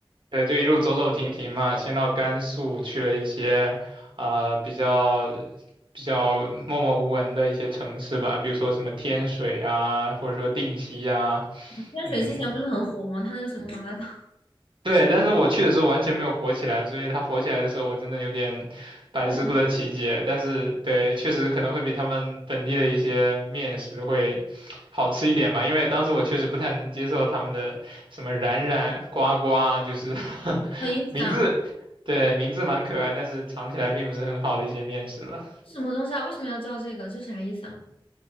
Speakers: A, on the right; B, on the left.
A: 对，就一路走走停停嘛，先到甘肃去了一些，啊、比较比较默默无闻的一些城市吧，比如说什么天水啊，或者说定西啊，
B: 天水之前不是很火吗？
A: 嗯。
B: 他那个什么麻辣烫，
A: 对，但是我去的时候完全没有火起来，所以它火起来的时候，我真的有点百思不得其解。
B: 我什
A: 但是，对，确实可能会比他们本地的一些面食会好吃一点吧，因为当时我确实不太能接受他们的什么冉冉、呱呱啊，就是 <laughs>
B: 么意思啊？
A: 名字，对，名字蛮可爱，但是尝起来并不是很好的一些面食吧，
B: 什么东西啊？为什么要叫这个？这啥意思啊？